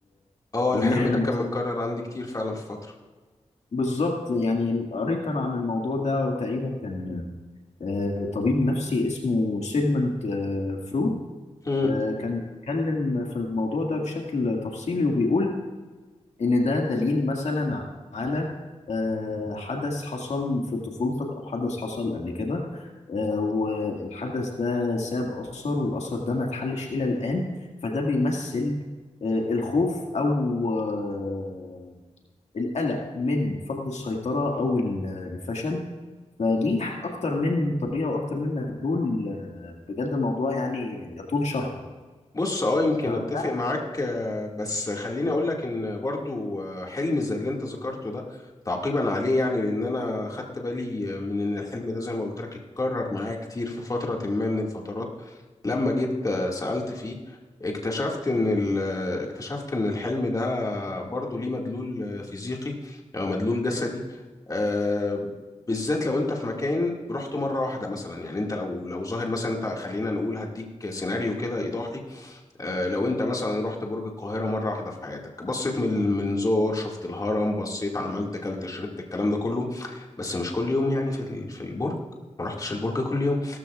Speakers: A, on the left; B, on the left.
A: اه
B: وان
A: الحلم
B: احنا
A: ده
B: مثلا
A: كان متكرر عندي كتير فعلا في فترة
B: بالظبط يعني قريت انا عن الموضوع ده وتقريبا كان آه، طبيب نفسي اسمه سيجمنت آه، فرويد
A: مم.
B: آه، كان بيتكلم في الموضوع ده بشكل تفصيلي وبيقول ان ده دليل مثلا على آه، حدث حصل في طفولتك او حدث حصل قبل كده آه، والحدث ده ساب اثر والاثر ده ما اتحلش الى الان فده بيمثل آه، الخوف او آه، القلق من فقد السيطرة أو ال- الفشل فليه أكتر من طريقة وأكتر من مدلول آه، بجد الموضوع يعني يطول شرحه
A: بص اه يمكن
B: ف
A: اتفق معاك آه، بس خليني اقول لك ان برضو آه، حلم زي اللي انت ذكرته ده تعقيبا عليه يعني لان انا خدت بالي من ان الحلم ده زي ما قلت لك اتكرر معايا كتير في فترة ما من الفترات لما جيت آه، سألت فيه اكتشفت ان ال- آه، اكتشفت ان الحلم ده برضو ليه مدلول آه، فيزيقي او مدلول جسدي آه، بالذات لو انت في مكان رحته مره واحده مثلا يعني انت لو لو ظاهر مثلا انت خلينا نقول هديك سيناريو كده ايضاحي آه، لو انت مثلا رحت برج القاهرة مرة واحدة في حياتك بصيت من المنظار شفت الهرم بصيت عملت كلت شربت الكلام ده كله بس مش كل يوم يعني في ال- في البرج ما رحتش البرج كل يوم